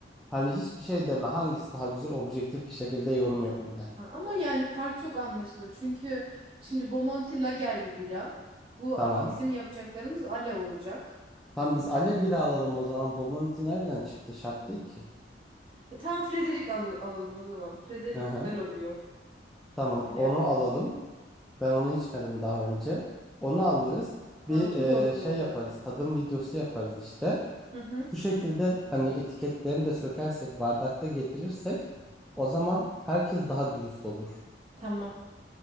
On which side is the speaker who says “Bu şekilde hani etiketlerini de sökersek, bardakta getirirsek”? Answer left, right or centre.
Centre